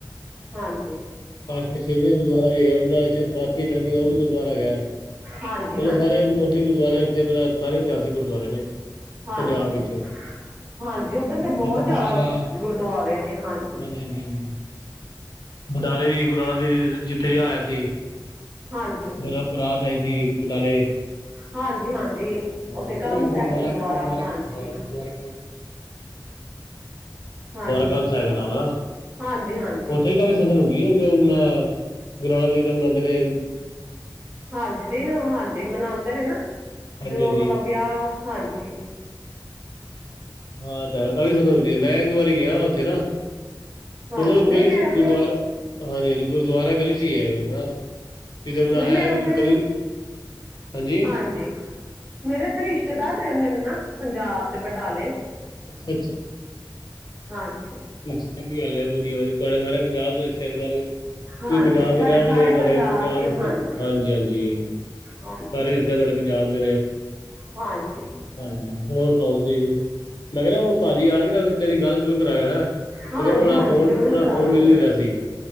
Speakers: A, on the right; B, on the left.
A: ਹਾਂਜੀ।
B: ਪਾਤਸ਼ਾਹ ਛੇਵੀਂ ਗੁਰਦੁਆਰਾ ਵੀ ਹੈਗਾ, ਪਾਥੀਆਂ ਚੜ੍ਹਦੀਆਂ ਔਹ ਵੀ ਗੁਰਦੁਆਰਾ ਹੈਗਾ।
A: ਹਾਂਜੀ
B: ਮਤਲਬ
A: ਹਾਂਜੀ
B: ਸਾਰੇ ਮੋਸਟਲੀ ਗੁਰਦੁਆਰੇ ਤੇ ਅਪਣਾ ਸਾਰੇ ਇਤਿਹਾਸਿਕ ਗੁਰਦੁਆਰੇ ਨੇ
A: ਹਾਂਜੀ
B: ਪੰਜਾਬ ਵਿੱਚ।
A: ਹਾਂਜੀ ਔਧੱਰ ਤੇ ਬੋਹਤ
B: ਬਾਬਾ
A: ਜਾਦਾ
B: ਬਕਾਲਾ
A: ਗੁਰਦੁਆਰੇ ਨੇ ਹਾਂਜੀ।
B: ਹਾਂਜੀ, ਹਾਂਜੀ, ਹਾਂਜੀ। ਨਾਲੇ ਵੀ ਗੁਰੂ ਨਾਨਕ ਦੇਵ ਜੀ ਜਿੱਥੇ ਵੀਆਹ ਹੋਇਆ ਸੀ।
A: ਹਾਂਜੀ
B: ਬਰਾ ਬਰਾਤ ਆਈ ਸੀ ਬਟਾਲੇ।
A: ਹਾਂਜੀ ਹਾਂਜੀ
B: ਹਾਂਜੀ,
A: ਉੱਥੇ
B: ਹੁਣ
A: ਕੰਨ ਸਾਹਿਬ
B: ਗੁਰਦੁਆਰੇ,
A: ਗੁਰਦੁਆਰਾ
B: ਗੁਰਦੁਆਰੇ
A: ਹਾਂਜੀ
B: ਹਾਂ ਗੁਰਦਵਾਰੇ ਨਾਲ ਗੁਰਦੁਆਰਾ
A: ਹਾਂਜੀ
B: ਕੰਧ ਸਾਹਿਬ ਨਾਮ ਹਨਾ।
A: ਹਾਂਜੀ, ਹਾਂਜੀ।
B: ਉੱਥੇ ਹੀ ਕਾਫ਼ੀ ਸੰਦ ਹੁੰਦੀ ਹੈ, ਜੋ ਅਪਣਾ ਗੁਰੂ ਨਾਨਕ ਦੇਵ ਦਾ ਮਨਾਉਂਦੇ ਰਹੇ।
A: ਹਾਂਜੀ ਦਿਨ ਹਾਂਜੀ ਮਨਾਉਂਦੇ ਨੇ ਨਾ,
B: ਹਾਂਜੀ
A: ਜਦੋਂ
B: ਹਾਂਜੀ
A: ਉਹਨਾਂ ਦਾ ਵਿਆਹ ਹਾਂਜੀ।
B: ਹਾਂ ਤਾਂ ਕਾਫੀ ਸੰਗਤ ਹੁੰਦੀ ਵੇ, ਮੈਂ ਇੱਕ ਦੋ ਵਾਰੀ ਗਿਆ ਉੱਥੇ ਨਾ।
A: ਹਾਂਜੀ
B: ਮਤਲਬ
A: ਨਹੀਂ
B: ਗਲੀ
A: ਮੇਰੇ
B: 'ਚ ਗੁਰਦੁਆਰਾ
A: ਉੱਥੇ
B: ਹਾਂਜੀ- ਹਾਂਜੀ ਗੁਰਦੁਆਰਾ ਗਲੀ 'ਚ ਈ ਹੈ ਨਾ। ਜਦ ਬਣਾਇਆ
A: ਨਹੀਂ ਮੇਰੇ ਉੱਥੇ
B: ਫਿਰ ਗਲੀ ਹਾਂਜੀ।
A: ਹਾਂਜੀ ਮੇਰੇ ਇੱਥੇ ਰਿਸ਼ਤੇਦਾਰ ਰੈਂਦੇ ਨੇ ਨਾ ਪੰਜਾਬ 'ਚ ਬਟਾਲੇ
B: ਅੱਛਾ
A: ਹਾਂਜੀ
B: ਅ ਚੰਗੀ ਗੱਲ ਐ ਵਧੀਆ ਵੀ ਤੁਹਾਡੇ ਸਾਰੇ ਪੰਜਾਬ ਦੇ ਰਿਸ਼ਤੇਦਾਰੀ
A: ਹਾਂਜੀ
B: ਤੁਸੀ ਪੰਜਾਬ
A: ਸਾਡੇ
B: ਦੇ ਰੈਣ ਵਾਲੇ
A: ਸਾਰੇ
B: ਤੁਹਾਡੇ ਪੰਜਾਬ
A: 'ਚ
B: ਦੇ
A: ਹਾਂਜੀ
B: ਹਾਂਜੀ-ਹਾਂਜੀ
A: ਹਾਂਜੀ
B: ਸਾਰੇ ਰਿਸ਼ਤੇਦਾਰ ਤੁਹਾਡੇ ਪੰਜਾਬ ਦੇ ਰਏ।
A: ਹਾਂਜੀ
B: ਹਾਂਜੀ ਹੋਰ ਸੁਣਾਓ ਤੁਸੀਂ ਜ ਮੈਂ ਕਿਆ ਓ ਭਾਜੀ ਆਣਗੇ ਮੇਰੀ ਗੱਲ ਜ਼ਰੂਰ ਕਰਾਓ ਹੈਂ। ਕਿਉਂਕਿ
A: ਹਾਂਜੀ-ਹਾਂਜੀ
B: ਉਹਨਾਂ ਦਾ ਫੋਨ
A: ਜ਼ਰੂਰ
B: ਉਹਨਾਂ
A: ਕਰਾਵਾਂਗੇ
B: ਦਾ ਫੋਨ ਮਿਲ ਨੀ ਰਿਹਾ ਸੀ